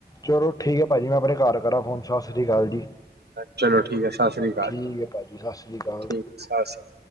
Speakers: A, on the left (about 20°); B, on the right (about 70°).
A: ਚਲੋ ਠੀਕ ਹੈ, ਭਾਅ ਜੀ ਮੈਂ ਆਪਣੇ ਘਰ ਕਰਾਂ ਫੋਨ ਸਸ਼੍ਰੀ ਅਕਾਲ ਜੀ।
B: ਚਲੋ ਠੀਕ ਹੈ ਸਸ੍ਰੀ ਅਕਾਲ
A: ਠੀਕ ਹੈ ਭਾਜੀ ਸਤਿ ਸ੍ਰੀ ਅਕਾਲ
B: ਠੀਕ, <inaudible> ਸਸ੍ਰੀ।